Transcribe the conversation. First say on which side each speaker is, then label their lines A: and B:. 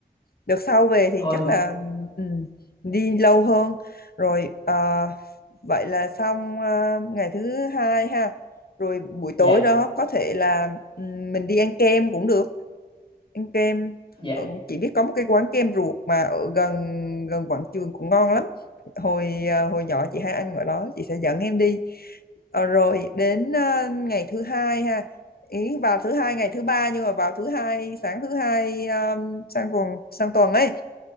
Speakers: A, on the left; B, on the left.
A: đợt sau về thì
B: thôi
A: chắc là ừ, đi lâu hơn rồi ờ, vậy là xong ờ, ngày thứ hai ha rồi buổi
B: dạ
A: tối đó có thể là ừ, mình đi ăn kem cũng được ăn kem
B: dạ
A: Ờ, chị biết có một cái quán kem ruột mà ở gần gần quảng trường cũng ngon lắm hồi ờ, hồi nhỏ chị hay ăn ở đó chị sẽ dẫn em đi Ờ, rồi đến ờ, ngày thứ hai ha ý vào thứ hai ngày thứ ba nhưng mà vào thứ hai sáng thứ hai um, sang tuần sang tuần ấy